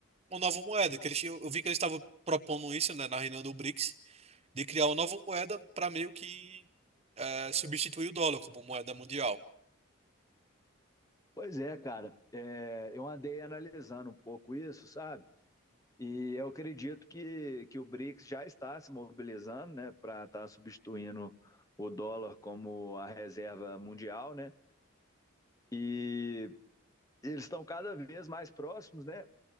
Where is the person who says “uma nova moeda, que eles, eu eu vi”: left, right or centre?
Right